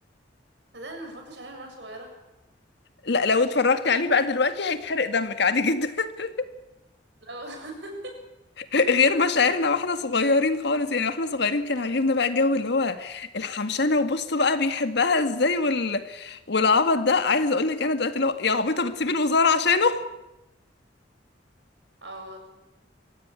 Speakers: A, on the right; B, on the left.
A: ده انا ما اتفرجتش عليه من وانا صغيرة
B: لا لو اتفرجت عليه بقى دلوقتي هيتحرق دمك عادي جدا <laughs>
A: لا والله <laughs>
B: غير مشاعرنا واحنا صغيرين خالص يعني واحنا صغيرين كان عاجبنا بقى الجو اللي هو الحمشانه وبصوا بقى بيحبها ازاي وال... والعبط ده عايزه اقول لك انا دلوقتي لو يا عبيطه بتسيبي الوزاره عشانه
A: اه والله